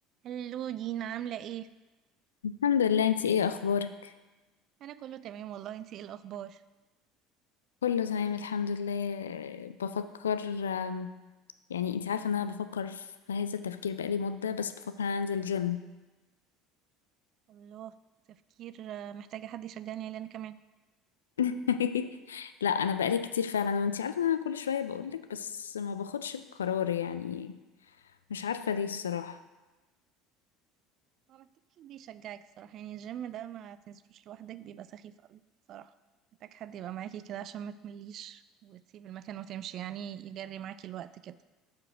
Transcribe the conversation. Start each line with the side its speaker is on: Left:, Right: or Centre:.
Right: هلو دينا عاملة ايه؟
Left: الحمد لله انت ايه اخبارك
Right: أنا كله تمام والله انتي ايه الأخبار؟
Left: كله تمام الحمد لله بفكر آم، يعني انت عارفه ان انا بفكر في هذا التفكير بقالي مده بس بفكر ان انا انزل جيم
Right: الله تفكير آه، محتاجة حد يشجعني عليه أنا كمان
Left: <laughs> لا انا بقالي كتير فعلا وانت عارفه ان انا كل شويه بقولك بس ما باخدش القرار يعني مش عارفه ليه الصراحه
Right: هو محتاج حد يشجعك الصراحة يعني الجيم ده ما تنزلوش لوحدك بيبقى سخيف أوي صراحة محتاج حد يبقى معاكي كده عشان ما تمليش وتسيب المكان وتمشي يعني يجري معاكي الوقت كده